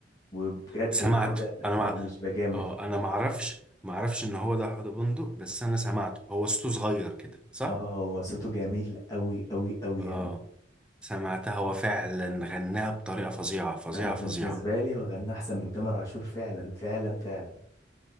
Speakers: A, on the left; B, in the centre.
A: وبجد
B: سمعته
A: بجد انا
B: انا
A: أنا مش بجامل
B: اه انا معرفش معرفش ان هو ده حوض بندق بس انا سمعته هو صوته صغير كده صح
A: اه هو صوته جميل قوي قوي قوي
B: اه
A: يعني
B: سمعتها هو فعلا غناها بطريقه فظيعه فظيعه
A: انا بالنسبه
B: فظيعه
A: لي هو غنى احسن من تامر عاشور فعلا فعلا فعلا